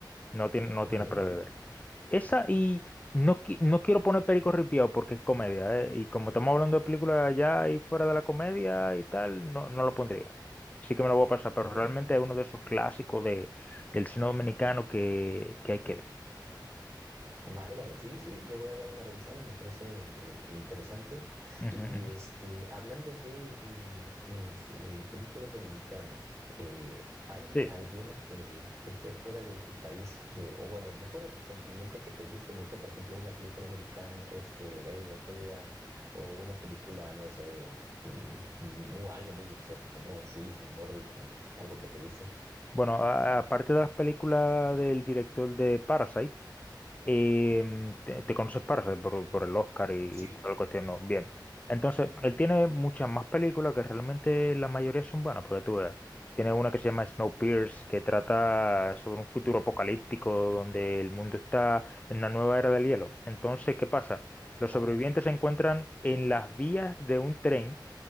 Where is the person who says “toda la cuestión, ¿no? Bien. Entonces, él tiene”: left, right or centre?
Left